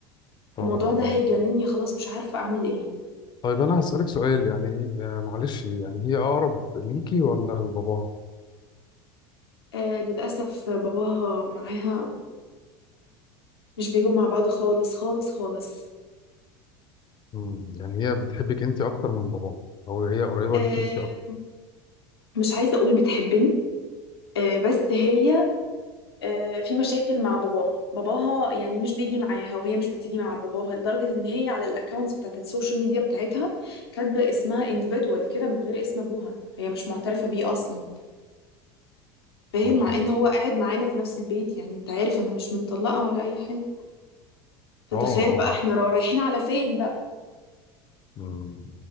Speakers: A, on the left; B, on the left.
A: طبعا
B: الموضوع ده
A: اه
B: هيجنني خلاص مش عارفة أعمل إيه
A: طيب أنا هسألك سؤال يعني آه، معلش يعني هي أقرب ليكي ولا لباباها؟
B: آه، للأسف باباها معاها مش بيجوا مع بعض خالص خالص خالص
A: مم، يعني هي بتحبك أنت أكتر من باباها أو هي قريبة
B: آه،
A: ليكي أنت أكتر
B: مش عايزة أقول بتحبني آه، بس هي آه، في مشاكل مع باباها باباها يعني مش بيجي معاها وهي مش بتيجي مع باباها لدرجة ان هي على الاكونت بتاعت السوشيال ميديا بتاعتها كاتبة اسمها individual كده من غير اسم ابوها هي مش معترفة بيه اصلا فاهم
A: يا
B: مع
A: خبر
B: ان هو قاعد معانا في نفس البيت يعني انت عارف انا مش متطلقة ولا اي حاجة فتخيل
A: اه اه
B: بقى احنا را- رايحين على فين بقى
A: مم.